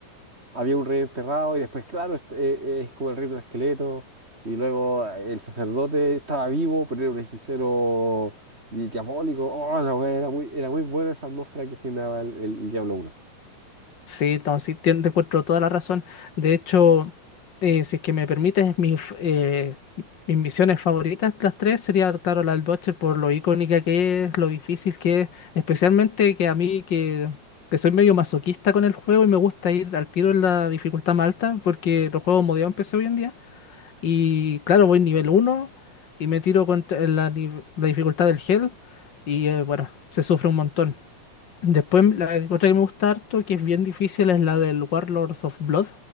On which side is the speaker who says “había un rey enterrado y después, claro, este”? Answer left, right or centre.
Right